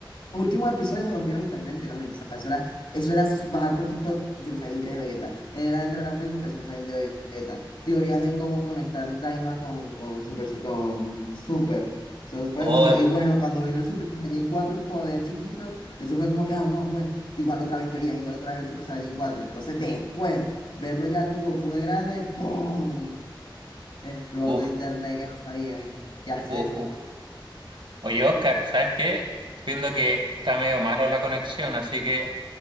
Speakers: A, on the left; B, on the right.
A: últimos episodios rompieron internet literalmente. o sea, eso era, eso era bajar por TikTok el Super Saiyan tres de Vegeta. Era entrar a Facebook el Super Saiyan de Vegeta. Teorías de cómo conectar Daima con, con, Super, con Super. Eso fue
B: Oh,
A: demasiado. Y bueno, cuando vino el Super Saiyan cuatro todavía chiquito, eso fue como que, ah, no, pues, igual otra vez teorías, igual otra vez el Super Saiyan cuatro Entonces después, verlo ya con Goku de grande, ¡pum! Explotó
B: uff,
A: internet que no sabía qué hacer.
B: uff, uff. Oye, Oscar, ¿sabes qué? Estoy Viendo que está medio mala la conexión, así que